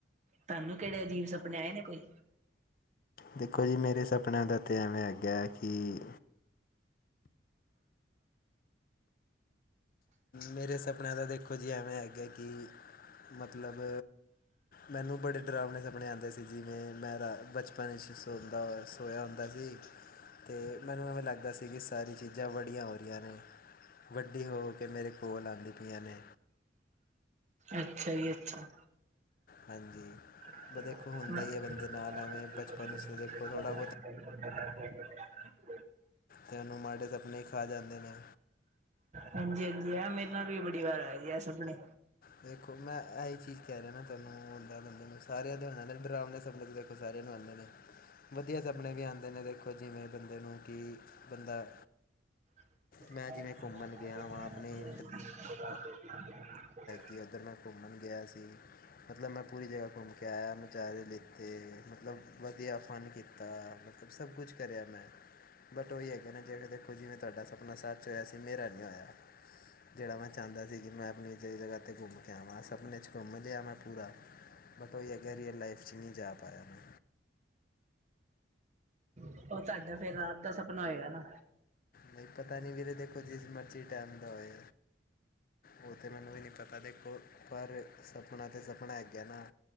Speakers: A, on the right; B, on the left.
A: ਤੁਹਾਨੂੰ ਕਿਹੜੇ ਅਜੀਬ ਸਪਨੇ ਆਏ ਨੇ ਕੋਈ
B: ਦੇਖੋ ਜੀ ਮੇਰੇ ਸਪਨਿਆਂ ਦਾ ਤੇ ਐਵੇਂ ਅਗਾ ਕਿ ਮੇਰੇ ਸੁਪਨਿਆ ਦਾ ਦੇਖੋ ਜੀਵੇਂ ਹੈਗਾ ਕਿ ਮਤਲਬ ਮੈਨੂੰ ਬੜੇ ਡਰਾਮਣੇ ਸਪਣੇ ਆਉਂਦੇ ਸੀ ਜਿਵੇਂ ਮੈਂ ਰਾ ਬਚਪਨ ਵਿੱਚ ਸੋਦਾ ਸੋਇਆ ਹੁੰਦਾ ਸੀ ਅਤੇ ਮੈਨੂੰ ਇਵੇਂ ਲੱਗਦਾ ਸੀ ਕਿ ਸਾਰੀ ਚੀਜ਼ਾਂ ਬੜੀਆਂ ਹੋ ਰਹੀਆਂ ਨੇ ਵੱਡੀ ਹੋ ਕੇ ਮੇਰੇ ਕੋਲ ਆਉਂਦੀ ਪਈਆਂ ਨੇ
A: ਅੱਛਾ ਜੀ ਅੱਛਾ
B: ਹਾਂਜੀ
A: <inaudible>
B: ਬ ਦੇਖੋ ਹੁੰਦਾ ਹੀ ਹੈ ਬੰਦੇ ਨਾਲ ਐਵੇਂ ਬਚਪਨ 'ਚ ਦੇਖੋ ਥੋੜ੍ਹਾ ਤੇਨੂੰ ਮਾੜੇ ਸਪਨੇ ਖਾ ਜਾਂਦੇ ਨੇ
A: ਹਾਂਜੀ ਹਾਂਜੀ ਆ ਮੇਰੇ ਨਾਲ ਵੀ ਬੜੀ ਵਾਰ ਆ ਜ ਆ ਸੁਪਣੇ
B: ਦੇਖੋ ਮੈਂ ਇਹੀ ਚੀਜ਼ ਕਹਿ ਰਿਹਾ ਨਾ ਤੁਹਾਨੂੰ ਬੰਦਾ ਬੰਦੇ ਨੂੰ ਸਾਰਿਆਂ ਦੇਣਾ ਡਰਾਵਣੇ ਸਪਣੇ ਤੇ ਦੇਖੋ ਸਾਰਿਆਂ ਨੂੰ ਮੰਨ ਨੇ ਵਧੀਆ ਸਪਣੇ ਵੀ ਆਉਂਦੇ ਨੇ ਦੇਖੋ ਜਿਵੇਂ ਬੰਦੇ ਨੂੰ ਕਿ ਬੰਦਾ
A: <inaudible>
B: ਮੈਂ ਜਿਵੇਂ ਘੁੰਮਣ ਗਿਆ ਵਾਂ ਆਪਣੀ ਕਿ ਇੱਧਰ ਮੈਂ ਘੁੰਮਣ ਗਿਆ ਸੀ ਮਤਲਬ ਮੈਂ ਪੂਰੀ ਜਗ੍ਹਾ ਘੁੰਮ ਕੇ ਆਇਆ ਨਜ਼ਾਰੇ ਲਿੱਤੇ ਮਤਲਬ ਵਧੀਆ ਫਨ ਕੀਤਾ ਮਤਲਬ ਸਭ ਕੁਛ ਕਰਿਆ ਮੈਂ ਬਟ ਉਹੀ ਹੈ ਕ ਨਾ ਜਿਵੇਂ ਦੇਖੋ ਜਿਵੇਂ ਤੁਹਾਡਾ ਸਪਨਾ ਸੱਚ ਹੋਇਆ ਸੀ ਮੇਰਾ ਨੀ ਹੋਇਆ ਜਿਹੜਾ ਮੈਂ ਚਾਹੁੰਦਾ ਸੀ ਕਿ ਮੈਂ ਆਪਣੀ ਜ ਜਗ੍ਹਾ 'ਤੇ ਘੁੰਮ ਕੇ ਆਵਾਂ ਸਪਨੇ 'ਚ ਘੁੰਮ ਲਹਾ ਮੈਂ ਪੂਰਾ ਮੈਂਤਲਬ ਇਹ ਹੈਗਾ ਰੀਅਲ ਲਾਈਫ ਚ ਨਹੀਂ ਜਾ ਪਾਇਆ ਮੈਂ
A: ਉਹ ਤੁਹਾਡਾ ਫੇਿਰ ਰਾਤ ਦਾ ਸੁਪਨਾ ਹੋਏਗਾ ਨਾ
B: ਨਹੀਂ ਪਤਾ ਨੀ ਵੀਰੇ ਦੇਖੋ ਜਿਸ ਮਰਜ਼ੀ ਟਾਈਮ ਦਾ ਹੋਏ ਉਹ ਤਾਂ ਮੈਨੂੰ ਹੀ ਨਹੀਂ ਪਤਾ ਦੇਖੋ ਪਰ ਸਪਨਾ ਤੇ ਸਪਨਾ ਹੈਗਾ ਨਾ